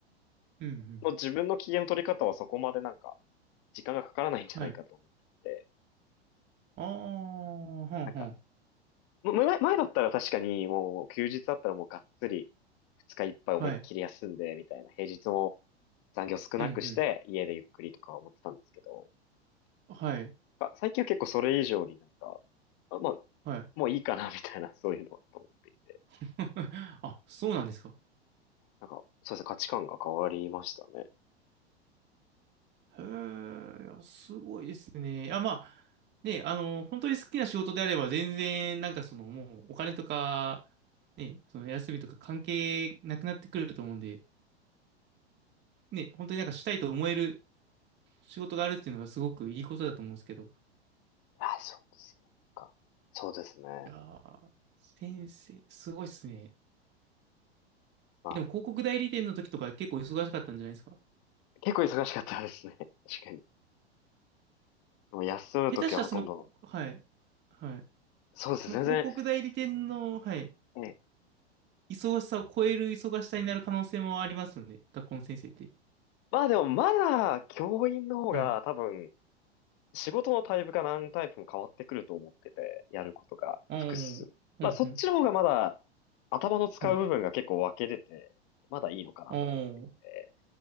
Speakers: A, on the right (about 35°); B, on the left (about 45°).
A: うん、
B: の自分の機嫌の取り方はそこまでなんか時間がかからないんじゃないかと思ってて、
A: はい。ああ、はんはん。
B: なんか、む前、前だったら確かにもう休日だったらもうがっつり二日いっぱい思いっきり休んでみたいな、
A: はい。
B: 平日も残業少なくして家でゆっくりとか思ってたんですけど、
A: うんうん。はい。
B: なんか最近は結構それ以上になんか、あまあ、
A: はい。
B: もういいかなみたいなそういうのはと思っていて、
A: <laughs> あ、そうなんですか。
B: なんか、そうですね、価値観が変わりましたね。
A: へえ、いや、すごいですね。あ、まあ、ね、あの、本当に好きな仕事であれば、全然、なんかその、もう、お金とか、ね、その、休みとか関係なくなってくると思うんで、ね、本当になんかしたいと思える仕事があるっていうのがすごくいいことだと思うんですけど。
B: あ、そうですね。か。そうですね。
A: いやー、先生、すごいっすね。
B: まあ、
A: えでも、広告代理店の時とか結構忙しかったんじゃないですか。
B: 結構忙しかったですね。<laughs> 確かに。もう休むときはほとんどの。
A: 下手したらその、こはい。はい。
B: そうですね。
A: その広告代理店の、
B: 全然。
A: はい、
B: ね。
A: 忙しさを超える忙しさになる可能性もありますよね、学校の先生って。
B: まあでも、まだ、教員の方が多分、
A: はい。
B: 仕事のタイプか何タイプも変わってくると思ってて、やることが複数。
A: ああ、うんうん。
B: まあ、そっちの方がまだ、頭の使う部分が結構分けれて、
A: はい。
B: まだいいのかなと思っていて。
A: あ